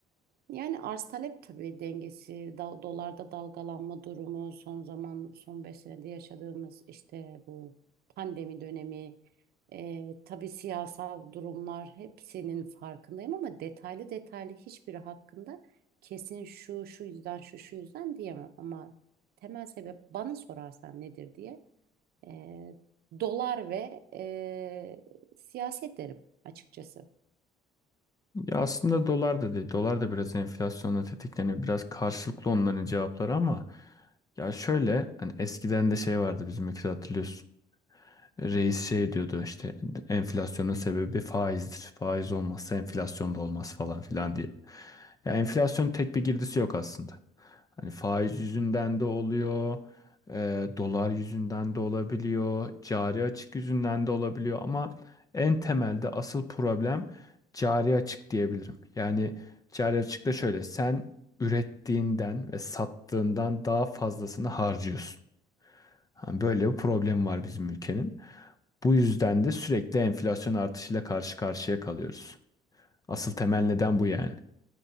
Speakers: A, on the right (about 65°); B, on the left (about 20°).
A: Yani arz talep tabii dengesi, da- dolarda dalgalanma durumu, son zaman son 5 senede yaşadığımız işte bu pandemi dönemi, e, tabii siyasal durumlar hepsinin farkındayım ama detaylı detaylı hiçbiri hakkında kesin şu şu yüzden şu şu yüzden diyemem ama temel sebep bana sorarsan nedir diye e, dolar ve e, siyaset derim açıkçası.
B: Ya aslında dolar da değil. Dolar da biraz enflasyonla tetikleniyor. Biraz karşılıklı onların cevapları ama ya şöyle hani eskiden de şey vardı bizim ülkede hatırlıyorsun. Reis şey diyordu işte enflasyonun sebebi faizdir. Faiz olmazsa enflasyon da olmaz falan filan diye. Ya enflasyonun tek bir girdisi yok aslında. Hani faiz yüzünden de oluyor, e, dolar yüzünden de olabiliyor, cari açık yüzünden de olabiliyor ama en temelde asıl problem cari açık diyebilirim. Yani cari açık da şöyle sen ürettiğinden ve sattığından daha fazlasını harcıyorsun. Hani böyle bir problem var bizim ülkenin. Bu yüzden de sürekli enflasyon artışıyla karşı karşıya kalıyoruz. Asıl temel neden bu yani.